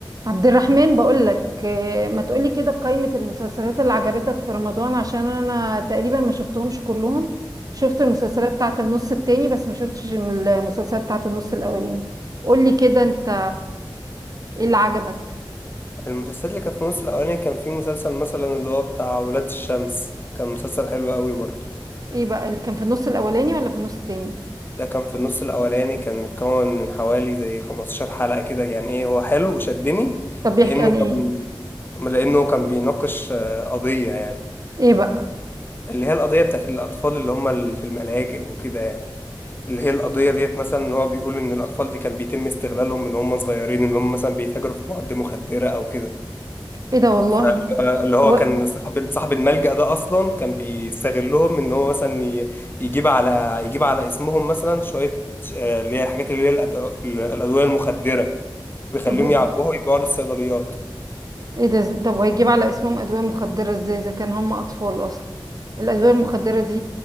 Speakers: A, on the right; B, on the left.
A: عبد الرحمن بقول لك آه، ما تقولي كده قائمة المسلسلات اللي عجبتك في رمضان عشان انا تقريبا ما شفتهمش كلهم شفت المسلسلات بتاعت النص التاني بس ما شفتش المسلسلات بتاعت النص الاولاني قولي كده انت ايه اللي عجبك
B: المسلسلات اللي كانت في الموسم الأولاني كان في مسلسل مثلا اللي هو بتاع ولاد الشمس كان مسلسل حلو قوي برضه
A: ايه بقى اللي كان في النص الاولاني ولا في النص التاني
B: ده كان في النص الأولاني كان متكون من حوالي زي 15 حلقة كده يعني ايه هو حلو وشدني
A: طب بيحكي
B: لأنه
A: عن
B: كان
A: ايه
B: لأنه كان بيناقش آه، قضية يعني
A: ايه بقى
B: اللي هي القضية بتاعت الأطفال اللي هم اللي في الملاجئ وكده يعني اللي هي القضية ديت مثلا إن هو بيقول إن الأطفال دي كان بيتم استغلالهم من هم صغيرين إن هم مثلا بيتاجروا في مواد مخدرة أو كده
A: ايه ده والله
B: فاللي هو
A: هو
B: كان صاحب صاحب الملجأ ده أصلا كان بيستغلهم إن هو مثلا ي- يجيب على يجيب على اسمهم مثلا شوية آه، اللي هي الحاجات اللي هي الأدو- الأدوية المخدرة ويخليهم
A: طب
B: يعبوها ويبيعوها للصيدليات
A: ايه ده ز- طب وهيجيب على اسمهم ادوية مخدرة ازاي اذا كان هم اطفال اصلا الادوية المخدرة دي